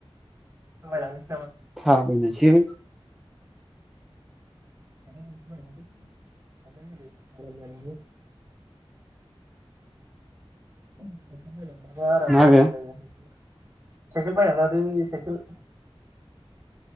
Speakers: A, on the right; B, in the centre.
A: थाबायलांदों
B: थाबायनोस <unintelligible>
A: <unintelligible> थांलाय फैलाय <unintelligible> उम सासेया माइ लांबाय बारा
B: माबे
A: आजादि <unintelligible> साइकेल बायनानै लादो साइकेल